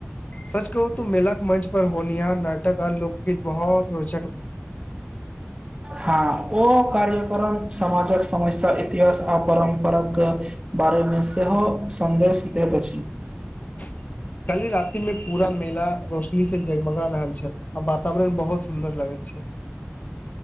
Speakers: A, on the left (about 40°); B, on the right (about 25°).
A: सच कहू तऽ मेलाक मंच पर होनिहार नाटक आ लोकगीत बहुत रोच
B: हँ ओ कार्य समाजक समस्या इतिहास आ परम्पर कऽ बारे मे सेहो सन्देश त दैत छै
A: ह कल्हि रातिमे पूरा मेला रोशनी से जगमगा रहल छल आ वातावरण बहुत सुन्दर लागै छै